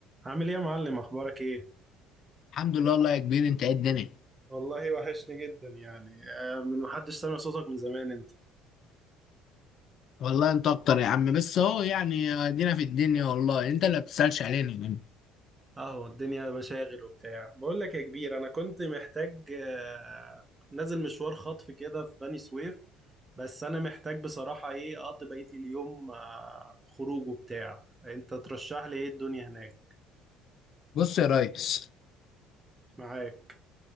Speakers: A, on the right; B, on the left.
A: عامل ايه يا معلم اخبارك ايه
B: الحمد لله والله يا كبير انت ايه الدنيا
A: والله وحشني جدا يعني آه، من محدش سامع صوتك من زمان انت
B: والله انت اكتر يا عم بس اهو يعني ادينا في الدنيا والله انت اللي بتسألش علينا يا عم
A: اهو الدنيا مشاغل وبتاع بقول لك يا كبير انا كنت محتاج آه، نازل مشوار خطف كده في بني سويف بس انا محتاج بصراحة ايه اقضي بقية اليوم آه، خروج وبتاع انت ترشح لي ايه الدنيا هناك
B: بص يا ريس
A: معاك